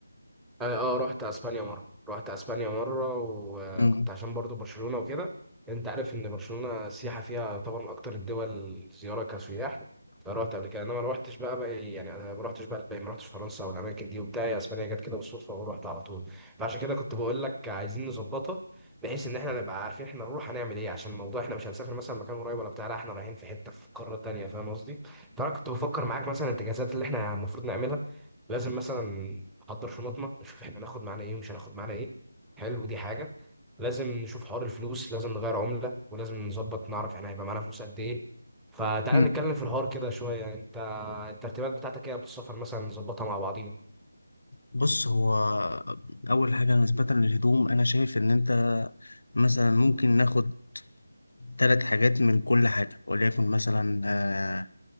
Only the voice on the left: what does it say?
مم.
مم.
بص هو أول حاجة نسبة للهدوم أنا شايف إن أنت مثلا ممكن ناخد ثلاث حاجات من كل حاجة وليكن مثلا آه،